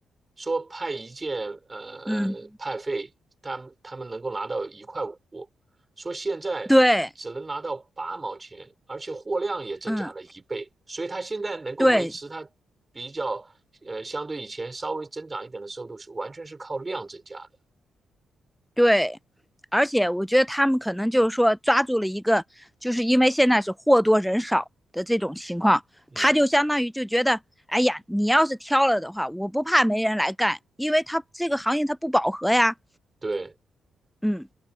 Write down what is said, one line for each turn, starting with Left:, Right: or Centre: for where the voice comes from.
Right: 说派一件呃呃派费，
Centre: 嗯
Right: 他们他们能够拿到一块五，说现在只能拿到八毛钱，
Centre: 对，
Right: 而且货量也增加了一倍，
Centre: 嗯
Right: 所以他现在能够维持他比较呃相对以前稍微增长一点的收入是完全是靠量增加的。
Centre: 对，对，而且我觉得他们可能就是说抓住了一个，就是因为现在是货多人少的这种情况，
Right: 嗯，
Centre: 他就相当于就觉得，哎呀，你要是挑了的话，我不怕没人来干，因为他这个行业他不饱和呀，
Right: 对。
Centre: 嗯，